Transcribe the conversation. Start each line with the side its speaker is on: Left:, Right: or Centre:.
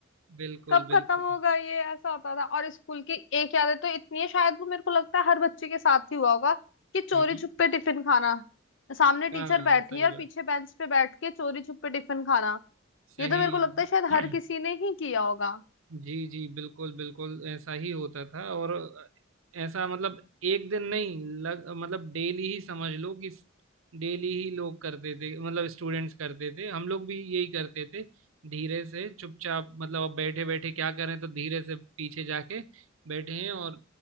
Right: बिल्कुल
Left: कब खत्म
Right: बिल्कुल
Left: होगा ये ऐसा होता था और स्कूल की एक याद है तो इतनी है शायद वो मेरे को लगता है हर बच्चे के साथ ही हुआ होगा कि चोरी
Right: हम्म,
Left: छुपे टिफिन खाना सामने टीचर
Right: हाँ
Left: बैठी
Right: सही
Left: है और पीछे
Right: बात
Left: बेंच पे बैठ के चोरी छुपे टिफिन खाना
Right: सही
Left: ये तो मेरे को लगता है शायद
Right: <clears throat>
Left: हर किसी ने ही किया होगा
Right: जी जी बिल्कुल बिल्कुल ऐसा ही होता था और ऐसा मतलब एक दिन नहीं लग मतलब डेली ही समझ लो कि डेली ही लोग करते थे मतलब स्टूडेंट्स करते थे हम लोग भी यही करते थे धीरे से चुपचाप मतलब अब बैठे बैठे क्या करें तो धीरे से पीछे जाके बैठे हैं और